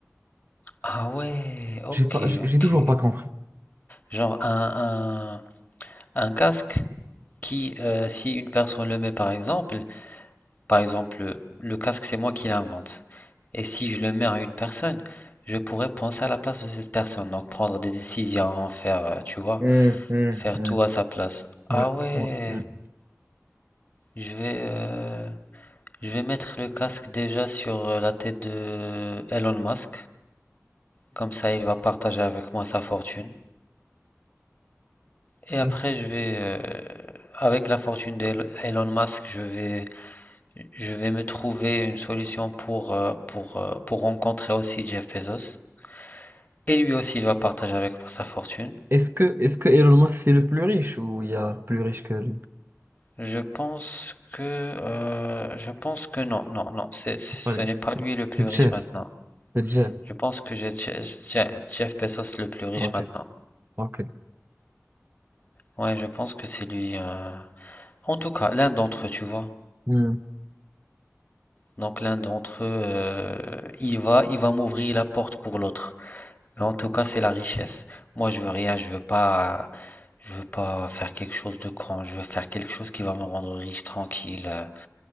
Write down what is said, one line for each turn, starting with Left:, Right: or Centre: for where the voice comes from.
Left: Ah ouais, ok,
Right: J'ai pas, j'ai
Left: ok.
Right: j'ai toujours pas compris.
Left: Genre un, un- un casque qui, euh, si une personne le met par exemple, Par exemple, le casque, c'est moi qui l'invente. Et si je le mets à une personne, je pourrais penser à la place de cette personne, donc prendre des décisions, faire, euh, tu vois,
Right: Hum, hum,
Left: faire
Right: hum.
Left: tout à sa place. Ah
Right: Ouais.
Left: ouais,
Right: ouais, ouais.
Left: je vais, euh, je vais mettre le casque déjà sur euh, la tête de euh, Elon Musk, comme ça il va partager avec moi sa fortune. Et après,
Right: Mm.
Left: je vais, euh, avec la fortune d'Elon Musk, je vais, je vais me trouver une solution pour, euh, pour, euh, pour rencontrer aussi Jeff Bezos. Et lui aussi, il va partager avec moi sa fortune.
Right: Est-ce que, est-ce que Elon Musk c'est le plus riche ou il y a plus riche que lui?
Left: Je pense que, euh, je pense que non, non, non, c'est- ce
Right: Allez,
Left: n'est pas
Right: c'est
Left: lui le plus
Right: c'est
Left: riche
Right: Jeff.
Left: maintenant.
Right: C'est Jeff.
Left: Je pense que j'ai Je- Je- Jeff Bezos le plus riche
Right: Ok.
Left: maintenant.
Right: Ok.
Left: Ouais, je pense que c'est lui. euh, En tout cas, l'un d'entre eux, tu vois.
Right: Mm.
Left: Donc l'un d'entre eux, euh, il va, il va m'ouvrir la porte pour l'autre. Mais en tout cas, c'est la richesse. Moi, je veux rien, je veux pas, je veux pas faire quelque chose de grand. Je veux faire quelque chose qui va me rendre riche, tranquille. euh.